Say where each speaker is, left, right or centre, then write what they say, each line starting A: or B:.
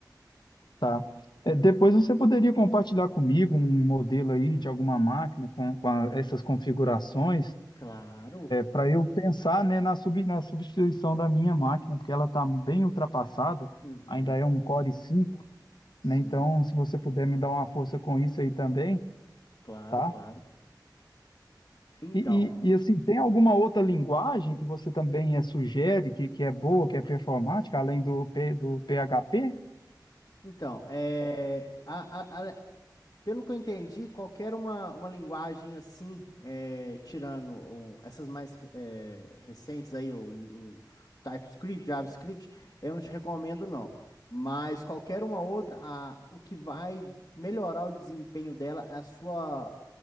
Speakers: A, on the left; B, on the left.
A: Tá. É, depois você poderia compartilhar comigo um modelo aí de alguma máquina com, com a- essas configurações,
B: Claro.
A: para eu pensar, né, na, sub- na substituição da minha máquina, porque ela está bem ultrapassada,
B: Uhum.
A: ainda é um Core cinco
B: Sim.
A: né? Então, se você puder me dar uma força com isso aí também,
B: Claro,
A: tá?
B: claro. Então,
A: E, e, e, assim, tem alguma outra linguagem que você também eh, sugere que, que é boa, que é performática, além do, P, do PHP?
B: então, é, a- a- a- pelo que eu entendi, qualquer uma, uma linguagem assim, é, tirando o- essas mais é, recentes aí, o, o TypeScript, JavaScript, eu não te recomendo não. Mas qualquer uma outra, a- o que vai melhorar o desempenho dela é a sua